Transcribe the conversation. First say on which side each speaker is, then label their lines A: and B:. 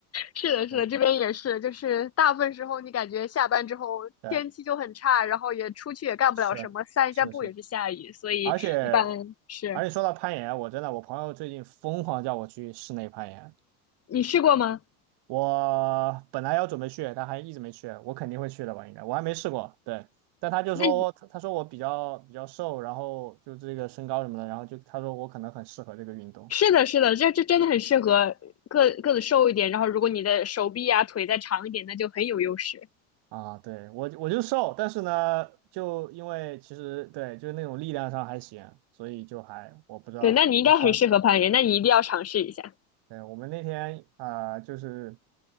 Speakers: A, on the left; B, on the right.
A: 是的，是的，
B: 对
A: 这边也是，就是大部分时候你感觉下班之后天气就很差，
B: 对，
A: 然后也出去也干不了什么，
B: 是是是，
A: 散一下步也是下雨，所以一般是。
B: 而且而且说到攀岩啊，我真的我朋友最近疯狂叫我去室内攀岩，
A: 你试过吗？
B: 我本来要准备去，但还一直没去。我肯定会去的吧？应该我还没试过。对，但他就说他他说我比较比较瘦，
A: 那你
B: 然后就这个身高什么的，然后就他说我可能很适合这个运动
A: 是的，是的，这这真的很适合个个子瘦一点，然后如果你的手臂啊腿再长一点，那就很有优势。
B: 啊。对我我就瘦，但是呢，就因为其实对就是那种力量上还行，所以就还我不知道我突然
A: 对，那你应该很适合攀岩，那你一定要尝试一下。
B: 对我们那天啊、呃就是